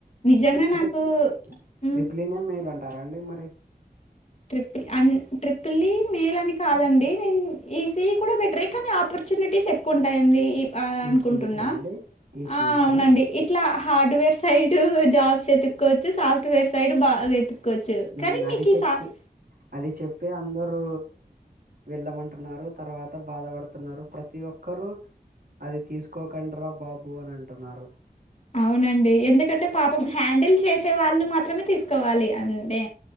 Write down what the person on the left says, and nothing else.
నిజంగా
నాకు హ్మ్.
ట్రిపుల్ అం ట్రిపులీ మేలని కాదండి నేన్ ఈసీఈ కూడా బెటరే కానీ ఆపర్చునిటీస్ ఎక్ క్కుఉంటాయండి అనుకుంటున్నా
ఆ అవునండి ఇట్లా హార్డ్వేర్ సైడ్ జాబ్స్ ఎతుక్కోవచ్చు సాఫ్ట్వేర్ సైడ్ బాగా ఎత్తు కొచ్చు
కనీ
మీకి
సాంగ్
అవునండి ఎందుకంటే పాపం హ్యాండిల్ చేసే వాళ్ళు మాత్రమే తీసుకోవాలి అంటే